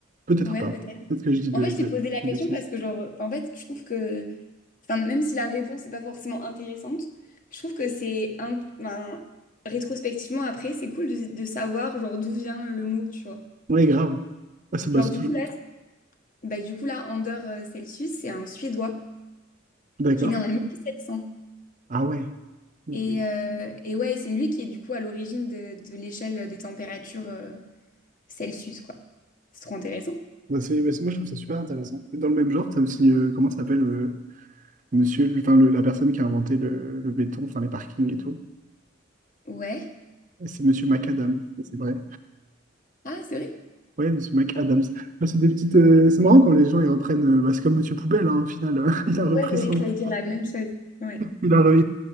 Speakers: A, on the right; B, on the left.
A: Peut-être
B: Ouais,
A: pas.
B: peut-être.
A: Peut-être que je dis de,
B: En fait, je
A: de,
B: t'ai posé la
A: des
B: question
A: bêtises.
B: parce que, genre, en fait, je trouve que, enfin, même si la réponse n'est pas forcément intéressante, je trouve que c'est, un, enfin, rétrospectivement, après, c'est cool de, de savoir, genre, d'où vient le mot, tu vois.
A: Ouais, grave. Ah, c'est bah,
B: Genre,
A: c'est
B: du
A: toujours...
B: coup, là, bah, du coup, là, Anders euh, Celsius, c'est un Suédois.
A: D'accord.
B: qui est né en 1700.
A: Ah ouais. Ok.
B: Et, euh, et ouais, c'est lui qui est du coup à l'origine de, de l'échelle des températures euh, Celsius, quoi. C'est trop intéressant.
A: Bah, c'est- bah, c'est- moi, je trouve ça super intéressant. Et dans le même genre, tu as aussi, euh, comment ça s'appelle, euh, monsieur, le- enfin, le- la personne qui a inventé le, le béton, enfin, les parkings et tout.
B: Ouais.
A: Et C'est monsieur McAdams, c'est vrai.
B: Ah, c'est vrai?
A: Ouais, monsieur McAdams. Bah, C'est des petites, euh, c'est marrant quand les gens, ils reprennent, euh, bah, c'est comme monsieur Poubelle, hein, au final. <laughs> Il a repris
B: Ouais, j'allais
A: son,
B: j'allais dire la même chose. Ouais.
A: il a